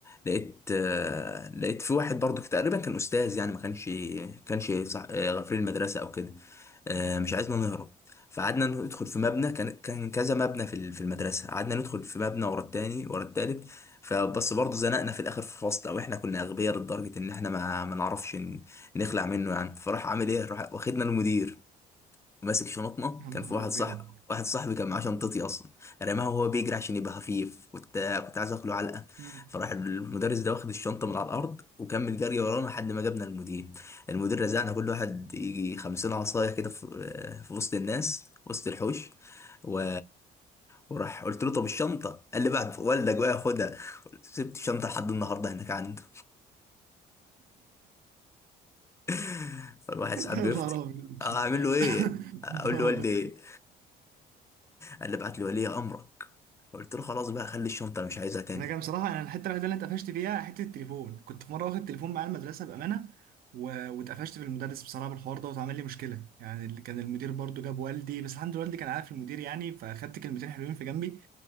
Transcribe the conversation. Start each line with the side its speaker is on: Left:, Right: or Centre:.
Left: لقيت آه، لقيت في واحد برضو تقريبا كان استاذ يعني ما كانش كانش صح- آه، غفير المدرسه او كده آه، مش عايزنا نهرب فقعدنا ندخل في مبنى كان كان كذا مبنى في ال- في المدرسه قعدنا ندخل في مبنى ورا التاني ورا التالت فبس برضه زنقنا في الاخر في فصل او احنا كنا اغبياء لدرجه ان احنا ما ما نعرفش ن- نخلع منه يعني فراح عامل ايه راح واخدنا المدير ماسك شنطنا
Right: يا نهار
Left: كان في واحد
Right: ابيض
Left: صح واحد صاحبي كان معاه شنطتي اصلا رماها وهو بيجري عشان يبقى خفيف كنت كنت عايز اكله علقه
Right: <laughs> مم.
Left: فراح المدرس ده واخد الشنطه من على الارض وكمل جري ورانا لحد ما جبنا المدير المدير رزعنا كل واحد يجي خمسين عصايه كده في في وسط الناس وسط الحوش و... وراح قلت له طب الشنطه قال لي بعد والدك بقى خدها <laughs> سبت الشنطه لحد النهارده هناك عنده <laughs> فالواحد ساعات بيفتي
Right: يا نهار ابيض
Left: آه،
Right: <laughs>
Left: اعمل له ايه اقول
Right: يا نهار
Left: له والدي
Right: ابيض
Left: قال لي ابعت لي ولي امرك قلت له خلاص بقى خلي الشنطه انا مش عايزها تاني
Right: انا كان بصراحه انا الحته الوحيده اللي أنا اتقفشت فيها حته التليفون كنت في مره واخد تليفون معايا المدرسه بامانه و... واتقفشت في المدرس بصراحه بالحوار ده واتعمل لي مشكله يعني اللي كان المدير برضو جاب والدي بس الحمد لله والدي كان عارف المدير يعني فاخدت كلمتين حلوين في جنبي